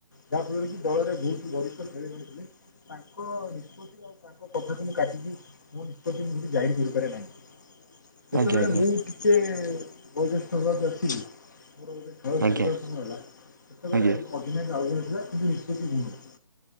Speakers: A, on the left; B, on the right.
A: ଯାହାଫଳରେ କି ଦଳରେ ବହୁ ବରିଷ୍ଠ ଖେଳିପାରି ଥିଲେ ତାଙ୍କ ନିଷ୍ପତ୍ତି ତାଙ୍କ କଥାକୁ ମୁଁ କାଟିକି ମୋ ଏପର୍ଯ୍ୟନ୍ତ ଯାହିର କରିପାରେ ନାହିଁ। ଯେତେବେଳେ
B: ଆଜ୍ଞା ଆଜ୍ଞା
A: ମୁଁ ଟିକେ ବୟଜ୍ୟଷ୍ଟ ହବାକୁ ଆସିଲି ମୋର ଖେଳ
B: ଆଜ୍ଞା
A: ଛାଡ଼ିବାକୁ ହେଲା, ସେତେବେଳେ
B: ଆଜ୍ଞା
A: ଅଧ୍ୟନାୟକ ଆଉ ଜଣେ ଥିଲା କିନ୍ତୁ, ନିଷ୍ପତ୍ତି ମୁଁ ନେଲି।